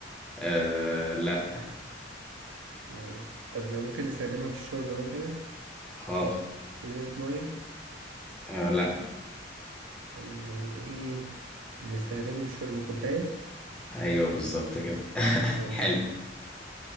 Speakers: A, in the centre; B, on the right.
A: آه لا
B: أه. طب ممكن نستخدمها في الشرب مثلا
A: اه
B: إزازة مية
A: آه، لا
B: أمال إيه بنستخدمها للشرب كوباية
A: ايوه بالظبط كده <laughs>
B: نهار أبيض
A: حلو <laughs>